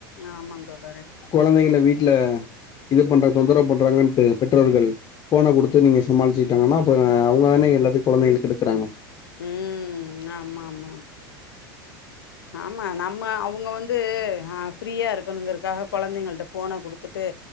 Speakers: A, on the left; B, on the left.
A: ஆமாங்க தோழரே
B: குழந்தைங்கள வீட்டுல இது பண்றாங்க தொந்தரவு பண்றாங்கன்ட்டு பெற்றோர்கள் போன குடுத்து நீங்க சமாளிச்சுக்கிட்டாங்கன்னா அப்பறோ அவுங்க தானே எல்லாத்தையு கொழந்தைகள கெடுக்குறாங்க
A: ம் ஆமா ஆமாம் ஆமா நம்ம அவுங்க வந்து ஆ ஃப்ரீயாருக் க்கனுங்குறக்காக கொழந்தைங்கள்ட்ட போன குடுத்துட்டு